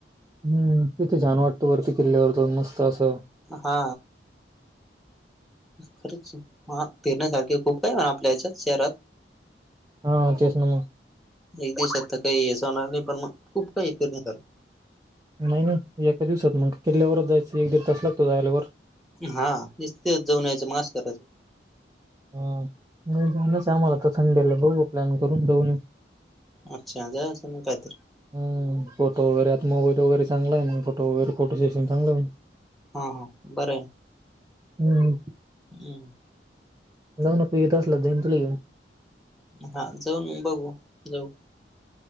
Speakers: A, on the right (about 20°); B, in the centre.
A: हम्म तिथे छाण वाटतं, वरती किल्ल्यावर तर मस्त असं.
B: हा हा खरंच, फिरण्यासारखे खूप काय याच्यात शहरात
A: हा तेच ना मग
B: एक दिवस आता, काही याचं होणार नाही पण मग खूप काही पिरन्या सारखं.
A: नाही नाही, एका दिवसात मग किल्ल्यावरच जायचं एक दीड तास लागतो जायला वर.
B: हा, नुसतेच जाऊन यायचं मग आस करायचं.
A: हा, मी जावुनच आम्हाला तर संडेला बघु प्लॅन करून जाऊन ऐउ.
B: <inaudible>
A: हं, फोटो वगैरे आता मोबाईल वगैर चांगला आहे, मग फोटो वगैरे फोटो शेशन चांगलं
B: हा हा, बरय.
A: हम
B: हम्म.
A: जाऊना तु येत असला जाईन तुला घेऊन.
B: हा, जाऊन बघू, जाऊ.